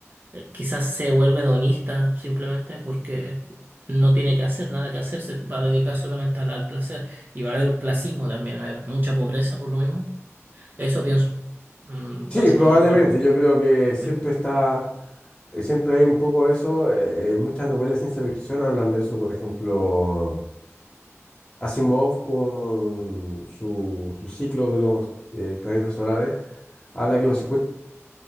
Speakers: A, on the right; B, on the left.
A: eh, quizás se vuelve hedonista simplemente porque no tiene que hacer nada que hacer, se va a dedicar solamente al, al placer y va a haber un clasismo también, va a haber mucha pobreza por lo mismo. Eso pienso, Mm,
B: Sí,
A: básicamente.
B: probablemente. Yo creo que siempre
A: Mm.
B: está, eh, siempre hay un poco de eso. eh, eh, muchas novelas de ciencia ficción hablan de eso. Por ejemplo, Asimov con su, su ciclo de los eh, planetas solares habla que los 50